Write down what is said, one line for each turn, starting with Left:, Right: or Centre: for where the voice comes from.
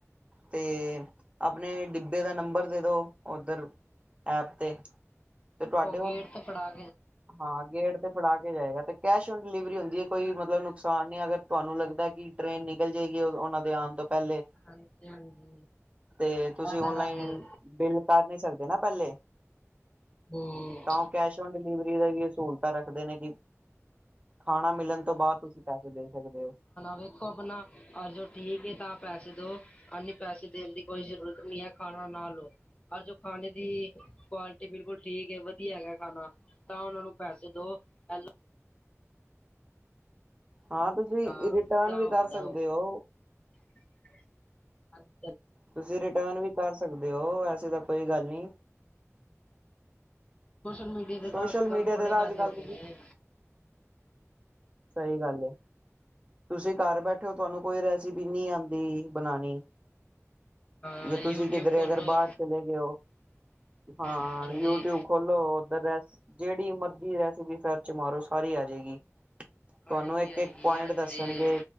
Right: ਤੇ ਆਪਣੇ ਡਿੱਬੇ ਦਾ ਨੰਬਰ ਦੇ ਦੋ ਉਧਰ ਐਪ ਤੇ ਤੇ ਤੁਹਾਡੇ ਉਹ
Left: ਗੇਟ ਤੇ ਛੜਾ
Right: ਹਾਂ ਗੇਟ ਤੇ ਫੜਾ ਕੇ ਜਾਏਗਾ ਤੇ ਕੈਸ਼ ਡਲੀਵਰੀ ਬਈ ਮਤਲਬ ਨੁਕਸਾਨ ਨਹੀਂ ਅਗਰ ਤੁਹਾਨੂੰ ਲੱਗਦਾ ਕਿ ਟਰੇਨ ਨਿਕਲ ਜਾਏਗੀ ਉਹਨਾਂ ਦੇ ਆਉਣ ਤੋਂ ਪਹਿਲੇ
Left: ਹਾਂਜੀ ਹਾਂਜੀ
Right: ਤੇ
Left: ਇਹ
Right: ਤੁਸੀਂ
Left: ਤਾਂ
Right: ਆਨਲਾਈਨ
Left: ਗੱਲ ਹੈ
Right: ਬਿਲ ਕਰ ਨਹੀਂ ਸਕਦੇ ਨਾ ਪਹਿਲੇ
Left: ਹੂੰ
Right: ਤਾਂ ਉਹ ਕੈਸ਼ੋਟ ਡਿਲੀਵਰੀ ਦਾ ਵੀ ਸਹੂਲਤਾਂ ਰੱਖਦੇ ਨੇ ਕਿ ਖਾਣਾ ਮਿਲਣ ਤੋਂ ਬਾਅਦ ਤੁਸੀਂ ਪੈਸੇ ਦੇ ਸਕਦੇ ਹੋ
Left: ਵੇਖੋ ਆਪਣਾ ਔਰ ਜੋ ਠੀਕ ਹ ਤਾਂ ਦੋ ਆਨੀ ਪੈਸੇ ਦੇਣ ਦੀ ਕੋਈ ਜਰੂਰਤ ਨਹੀਂ ਹੈ ਖਾਣਾ ਹਰਜੋ ਖਾਣੇ ਦੀ ਕੁਆਲਿਟੀ ਬਿਲਕੁਲ ਠੀਕ ਹ ਵਧੀਆ ਹੈਗਾ ਖਾਣਾ ਤਾਂ ਉਹਨਾਂ ਨੂੰ ਪੈਸੇ ਅ
Right: ਹਾਂ ਤੇ ਤੁਸੀਂ
Left: ਤਾਂ
Right: ਰਿਟਰਨ
Left: ਤਾਂ
Right: ਵੀ
Left: ਹੁੰਦਾ
Right: ਕਰ ਸਕਦੇ
Left: ਉਹ
Right: ਹੋ
Left: <inaudible>
Right: ਤੁਸੀਂ ਰਿਟਨ ਵੀ ਪਾ ਸਕਦੇ ਹੋ ਵੈਸੇ ਤਾਂ ਕੋਈ ਗੱਲ ਨਹੀਂ
Left: ਸੋਸ਼ਲ ਮੀਡੀਆ ਦੇ
Right: ਸੋਸ਼ਲ
Left: ਤਾਂ ਅੱਜ
Right: ਮੀਡੀਆ
Left: ਕੱਲ੍ਹ ਬੜੇ
Right: ਤੇ ਤਾਂ
Left: ਫਾਇਦੇ
Right: ਅੱਜ ਕੱਲ
Left: ਹੋ ਗਏ ਨੇ
Right: ਸਹੀ ਗੱਲ ਹੈ ਤੁਸੀਂ ਘਰ ਬੈਠੇ ਹੋ ਤੁਹਾਨੂੰ ਕੋਈ ਰੈਸਿਪੀ ਨਹੀਂ ਆਉਂਦੀ
Left: ਹਾਂ
Right: ਜੇ ਤੁਸੀਂ ਕਿਧਰੇ
Left: ਖੋਲੋ
Right: ਅਗਰ ਬਾਹਰ ਚਲੇ ਗਏ ਹਾਂ
Left: ਹਾਂਜੀ
Right: ਯੂਟਿਊਬ ਖੋਲੋ। ਉਧਰ ਰੈਸ ਜਿਹੜੀ ਮਰਜ਼ੀ ਰੈਸਪੀ, ਸਰਚ ਮਾਰੋ ਸਾਰੀ ਆ ਜਾਏਗੀ। ਤੁਹਾਨੂੰ
Left: ਆਏਗੀ
Right: ਇੱਕ
Left: ਆਏਗੀ
Right: ਇੱਕ ਪੁਆਇੰਟ
Left: ਹਾਂਜੀ
Right: ਦੱਸਣਗੇ